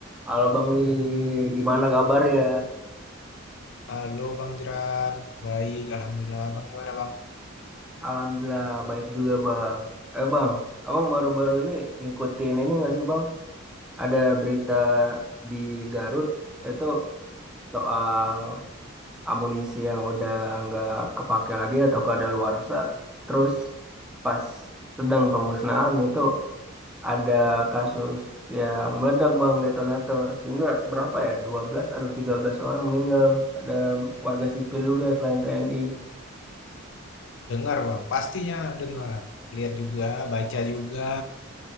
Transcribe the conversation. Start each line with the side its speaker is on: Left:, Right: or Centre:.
Centre: Halo Bang Willy, gimana kabar ya?
Left: Halo Bang Jeran, baik Alhamdulillah. Bang gimana Bang?
Centre: Alhamdulillah baik juga Bang. Eh Bang, Abang baru-baru ini ngikutin ini nggak sih Bang? Ada berita di Garut itu soal amunisi yang udah nggak kepake lagi atau kadaluarsa. Terus pas sedang pemusnahan itu ada kasus yang meledak Bang detonator. Sehingga berapa ya? 12 atau 13 orang meninggal. Ada warga sipil juga selain TNI.
Left: Dengar Bang, pastinya dengar. Lihat juga, baca juga.